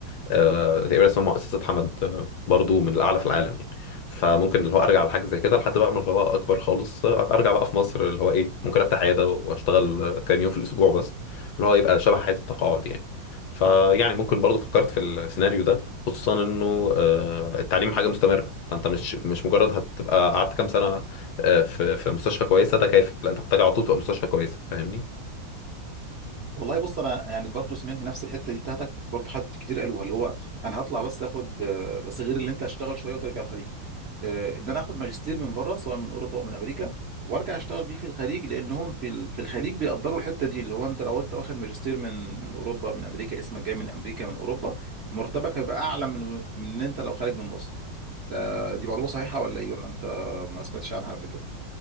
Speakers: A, on the left; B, on the right.
A: آه، تقريبا اسمها مؤسسة حمد آه، برضو من الأعلى في العالم يعني فممكن اللي هو أرجع لحاجة زي كده لحد بقى ما اللي هو أكبر خالص آه، أبقى أرجع بقى في مصر اللي هو إيه ممكن أفتح عيادة وأشتغل آه، كام يوم في الأسبوع بس اللي هو يبقى شبه حياة التقاعد يعني فيعني ممكن برضو فكرت في السيناريو ده خصوصا إنه آه، التعليم حاجة مستمرة فأنت مش مش مجرد هتبقى قعدت كام سنة آه، في في مستشفى كويسة ده كافي لا أنت محتاج على طول تبقى مستشفى كويسة فاهمني
B: والله بص انا يعني برضو سمعت نفس الحته دي بتاعتك برضو حد كتير قالوها اللي هو انا هطلع بس اخد آه، بس غير اللي انت هشتغل شويه وترجع الخليج آه، ان انا اخد ماجستير من بره سواء من اوروبا او من امريكا وارجع اشتغل بيه في الخليج لانهم في ال- في الخليج بيقدروا الحته دي اللي هو انت لو انت واخد ماجستير من من اوروبا من امريكا اسمك جاي من امريكا من اوروبا مرتبك هيبقى اعلى من من ان انت لو خارج من مصر ده دي معلومه صحيحه ولا ايه ولا انت ما سمعتش عنها قبل كده